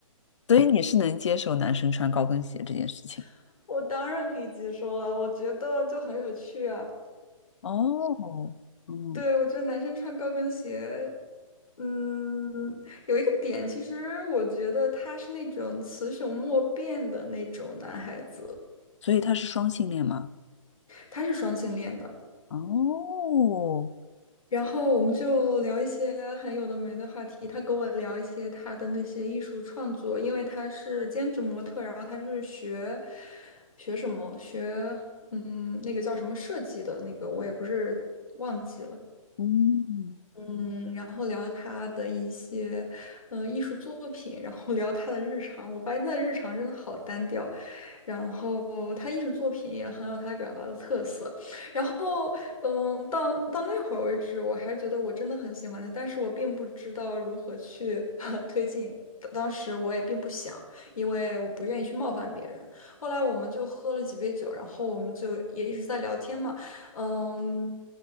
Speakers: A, on the left; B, on the left.
A: 所以你是能接受男生穿高跟鞋这件事情？
B: <laughs> 我当然可以接受了，我觉得就很有趣啊。
A: 哦，嗯，
B: 对，我觉得男生穿高跟鞋，嗯，有一个点，其实我觉得他是那种雌雄莫辨的那种男孩子。
A: 所以他是双性恋吗？
B: 他是双性恋的。
A: 哦，
B: 然后我们就聊一些很有的没的话题。他跟我聊一些他的那些艺术创作，因为他是兼职模特，然后他是学学什么学嗯那个叫什么设计的那个，我也不是忘记了。
A: 嗯
B: 嗯，然后聊他的一些嗯艺术作品，然后聊他的日常。我发现他的日常真的好单调。然后他艺术作品也很有他表达的特色。然后，嗯，到到那会儿为止，我还觉得我真的很喜欢他，但是我并不知道如何去 <laughs> 推进。当当时我也并不想，因为我不愿意去冒犯别人。后来我们就喝了几杯酒，然后我们就也一直在聊天嘛。嗯，